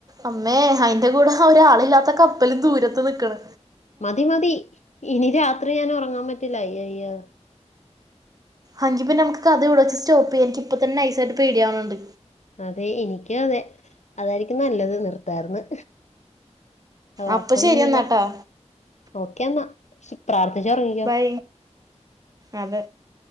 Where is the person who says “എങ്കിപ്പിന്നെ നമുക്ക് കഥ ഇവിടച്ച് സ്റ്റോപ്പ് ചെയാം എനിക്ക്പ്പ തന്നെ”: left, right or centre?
Right